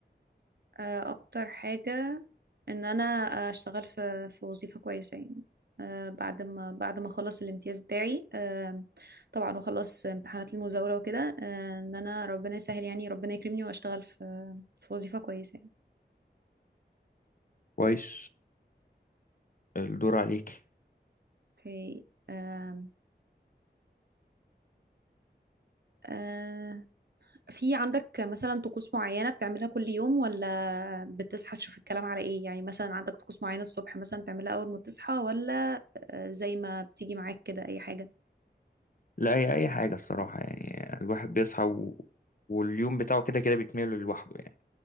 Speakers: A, on the right; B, on the left.
A: آه، اكتر حاجة ان انا اشتغل في في وظيفة كويسة يعني آه، بعد ما بعد ما اخلص الامتياز بتاعي آم، طبعا واخلص امتحانات المزاولة وكده آه، ان انا ربنا يسهل يعني ربنا يكرمني واشتغل في في وظيفة كويسة يعني
B: كويس الدور عليكي
A: اوكي آم، آه، في عندك مثلا طقوس معينة بتعملها كل يوم ولا بتصحى تشوف الكلام على ايه يعني مثلا عندك طقوس معينة الصبح مثلا بتعملها اول ما تصحى ولا آه، زي ما بتيجي معاك كده اي حاجة
B: لا هي اي حاجة الصراحة يعني الواحد بيصحى و... واليوم بتاعه كده كده بيتميل لوحده يعني